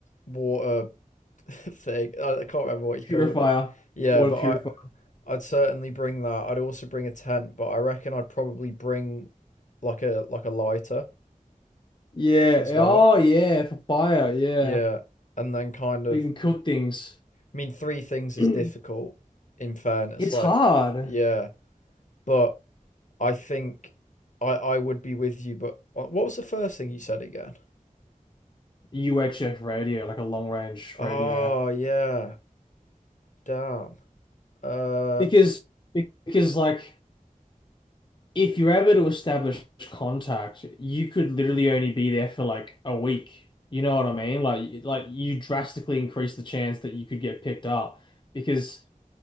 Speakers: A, on the left; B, on the left.
A: water <laughs> thing. I, I can't remember what you
B: Purifier.
A: called it. Yeah,
B: Water
A: but
B: purifier.
A: I I'd certainly bring that. I'd also bring a tent, but I reckon I'd probably bring like a like a lighter
B: Yeah.
A: as well.
B: Oh, yeah. For fire. Yeah.
A: Yeah, and then kind of
B: They can cook things.
A: I mean, three things is
B: <clears throat>
A: difficult. In fairness,
B: It's
A: like
B: hard.
A: yeah, but I think I I would be with you. But uh, what was the first thing you said again?
B: UHF radio, like a long range
A: Oh
B: radio.
A: yeah, damn. Uh,
B: Because, because like, if you're able to establish contact, you could literally only be there for like a week. You know what I mean? Like, like you drastically increase the chance that you could get picked up. Because